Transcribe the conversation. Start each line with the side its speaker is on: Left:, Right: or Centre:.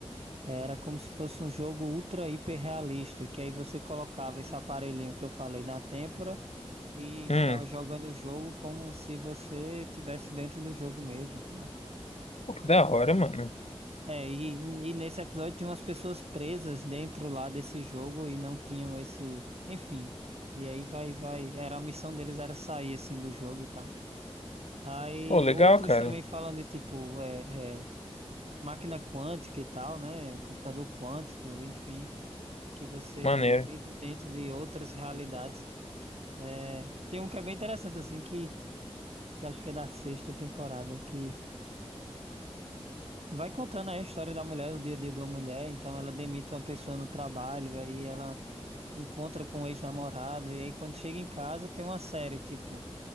Right: Era como se fosse um jogo ultra hiper realista, que aí você colocava esse aparelhinho que eu falei na têmpora e
Left: hum,
Right: ficava jogando o jogo como se você tivesse dentro do jogo mesmo e tal.
Left: pô, que da hora, mano.
Right: É, e, e nesse episódio tinha umas pessoas presas dentro lá desse jogo e não tinham esse, enfim. E aí vai, vai, era a missão deles era sair assim do jogo e tal. Aí
Left: Pô, legal,
Right: outros
Left: cara.
Right: também falam de tipo, é, é, máquina quântica e tal, né? Computador quântico, enfim. que você
Left: Maneiro.
Right: vive dentro de outras realidades. É, tem um que é bem interessante, assim, que, que acho que é da sexta temporada, que vai contando aí a história da mulher, o dia a dia de uma mulher. Então, ela demite uma pessoa no trabalho, aí ela encontra com o ex-namorado, e aí quando chega em casa tem uma série, tipo,